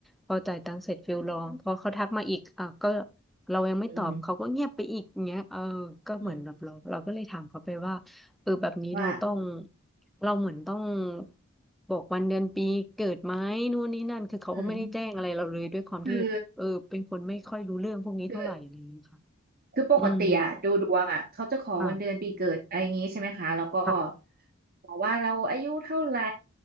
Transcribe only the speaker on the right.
อืมอืมว่า
อืมอืมอืมคือคือ คือปกติอะดูดวงอะเขาจะขอวันเดือนปีเกิดอะไรอย่างงี้ใช่ไหมคะแล้วก็
บอกว่าเราอายุเท่าไหร่